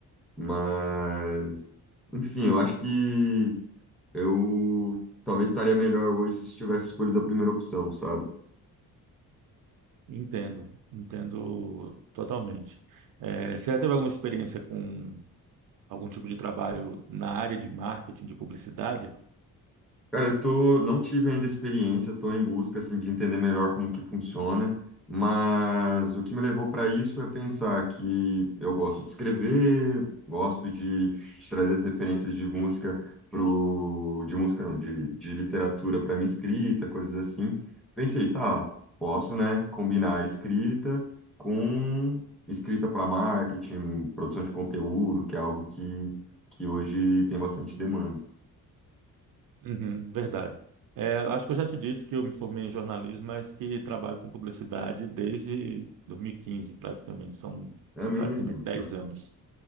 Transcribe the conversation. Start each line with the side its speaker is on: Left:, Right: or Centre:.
Centre: Mas, enfim, eu acho que eu talvez estaria melhor hoje se tivesse escolhido a primeira opção, sabe?
Right: Entendo, entendo totalmente. É, você já teve alguma experiência com algum tipo de trabalho na área de marketing, de publicidade?
Centre: Cara, eu tô, não tive ainda experiência, tô em busca assim de entender melhor como que funciona, mas o que me levou para isso é pensar que eu gosto de escrever, gosto de, de trazer as referências de música pro, de música não, de, de literatura para minha escrita, coisas assim. Pensei, tá, posso, né, combinar a escrita com escrita para marketing, produção de conteúdo, que é algo que, que hoje tem bastante demanda.
Right: Uhum, verdade. É, acho que eu já te disse que eu me formei em jornalismo, mas que trabalho com publicidade desde 2015, praticamente. São
Centre: É mesmo.
Right: praticamente 10
Centre: uhum.
Right: anos.